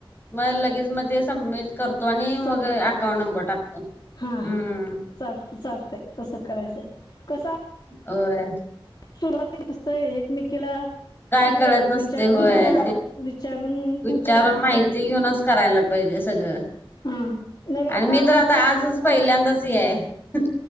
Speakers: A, on the left (about 25°); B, on the left (about 50°).
A: मग लगेच मग ते सबमिट करतो आणि
B: सबमिट
A: मग अकाउंट
B: कर
A: नंबर टाकतो.
B: हा
A: हम्म.
B: हा चालत चालतंय तसं करायचंय कसं
A: अय.
B: सुरुवातीला असतय एकमेकीला
A: काय
B: अ
A: कळत नसते
B: विचारून
A: होय
B: हा विचारून
A: विचारून
B: पण करायचं.
A: माहिती ते घेऊनच करायला पायजे सगळं
B: हा मग
A: आणि मी तर
B: आम्हाला
A: आता आजच पहिल्यांदाच ये हाय